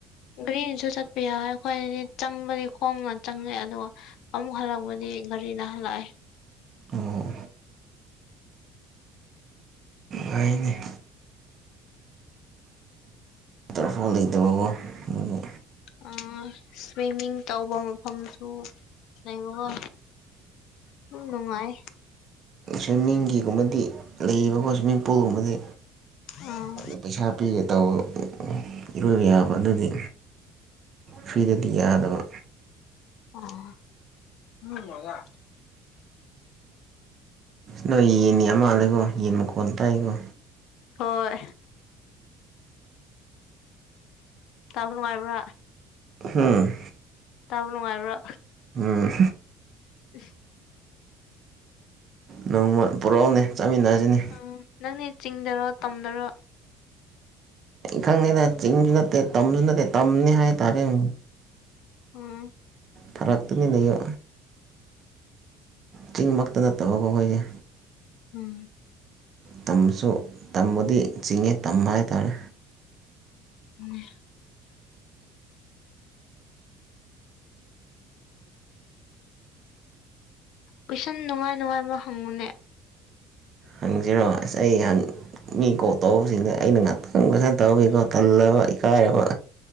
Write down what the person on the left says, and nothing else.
ꯒ꯭ꯔꯤꯅꯁꯨ ꯆꯠꯄ ꯌꯥꯎꯏ ꯑꯩꯈꯣꯏꯗꯤ ꯆꯪꯕꯗꯤ ꯈꯣꯡꯅ ꯆꯪꯉꯦ ꯑꯗꯨꯒ ꯑꯃꯨꯛ ꯍꯜꯂꯛꯄꯗꯤ ꯒꯥꯔꯤꯅ ꯍꯜꯂꯛꯑꯦ
ꯑꯥ ꯁ꯭ꯋꯤꯝꯃꯤꯡ ꯇꯧꯕ ꯃꯐꯝꯁꯨ ꯂꯩꯕꯀꯣ ꯗꯨꯝ ꯅꯨꯡꯉꯥꯏꯌꯦ
ꯑꯥ
ꯎꯝ <unintelligible>
ꯍꯣꯏ ꯇꯥꯕ ꯅꯨꯡꯉꯥꯏꯕ꯭ꯔꯥ
ꯇꯥꯕ ꯅꯨꯡꯉꯥꯏꯕ꯭ꯔꯥ
<unintelligible> <inaudible>
ꯎꯝ ꯅꯪꯗꯤ ꯆꯤꯡꯗꯔꯣ ꯇꯝꯗꯔꯣ
ꯎꯝ
ꯎꯝ
ꯎꯝ ꯀꯣꯏꯁꯟ ꯅꯨꯡꯉꯥꯏ ꯅꯨꯡꯉꯥꯏꯕ ꯍꯪꯉꯨꯅꯦ